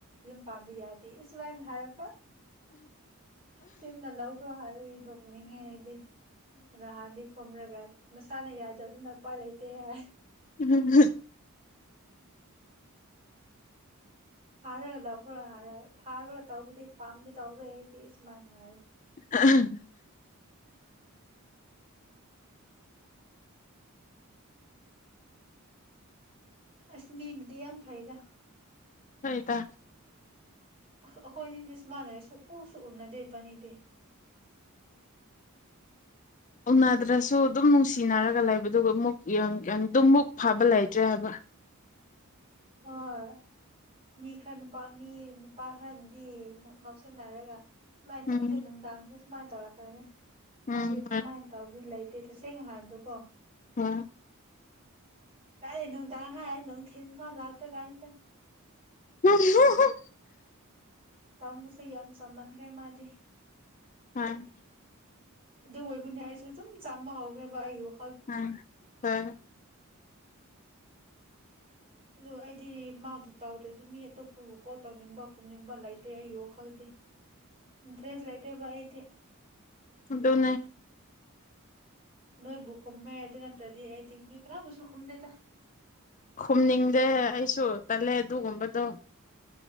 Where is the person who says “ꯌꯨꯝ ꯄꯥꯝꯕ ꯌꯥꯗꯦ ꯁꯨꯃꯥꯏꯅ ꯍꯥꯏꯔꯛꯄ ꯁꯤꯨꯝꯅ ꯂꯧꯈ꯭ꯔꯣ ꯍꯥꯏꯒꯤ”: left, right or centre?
Right